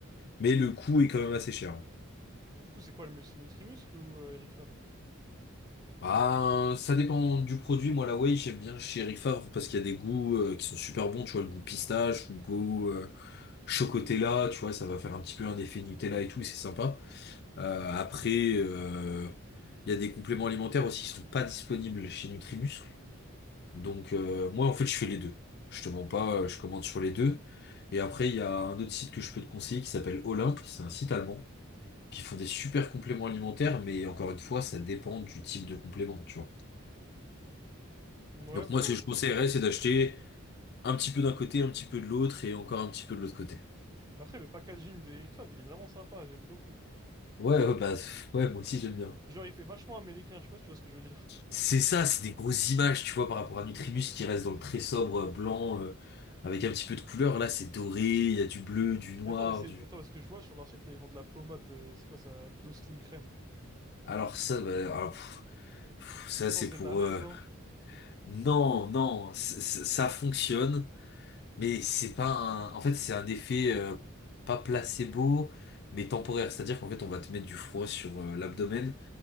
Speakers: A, on the left; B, on the right.
A: Mais le coût est quand même assez cher. hein.
B: Donc du coup, c'est quoi le mieux? C'est Nutrimuscle ou euh, Eric Favre?
A: Ah, ça dépend du produit. Moi, la whey, j'aime bien chez Eric Favre parce qu'il y a des goûts euh, qui sont super bons. Tu vois, le goût pistache ou le goût euh, chocotella, tu vois, ça va faire un petit peu un effet Nutella et tout, c'est sympa. Euh, après, euh, il y a des compléments alimentaires aussi qui sont pas disponibles chez Nutrimuscle. Donc, euh, moi, en fait, je fais les deux. Je te mens pas, euh, je commande sur les deux. Et après, il y a un autre site que je peux te conseiller qui s'appelle Olympe. C'est un site allemand qui font des super compléments alimentaires, mais encore une fois, ça dépend du type de complément, tu vois.
B: Ouais,
A: Donc
B: bon...
A: moi, ce que je conseillerais, c'est d'acheter un petit peu d'un côté, un petit peu de l'autre et encore un petit peu de l'autre côté.
B: Après, le packaging de Eric Favre, il est vraiment sympa, j'aime beaucoup.
A: Ouais, ouais, bah, ouais, moi aussi j'aime bien.
B: Genre, il fait vachement américain, je sais pas si tu vois ce que je veux dire.
A: C'est ça, c'est des grosses images, tu vois, par rapport à Nutribus qui reste dans le très sobre euh, blanc, euh, avec un petit peu de couleur. Là, c'est doré, il y a du bleu, du noir,
B: Mais attends, mais c'est...
A: du...
B: Attends, parce que je vois sur leur site, là, ils vendent de la pommade, euh, c'est quoi ça? Dos Slim Crème.
A: Alors ça, bah, alors, pff, pff, ça
B: Je pense
A: c'est
B: que
A: pour...
B: c'est de la baise,
A: euh,
B: non?
A: Non, non, c- c- ça fonctionne, mais c'est pas un... En fait, c'est un effet euh, pas placebo, mais temporaire. C'est-à-dire qu'en fait, on va te mettre du froid sur euh, l'abdomen.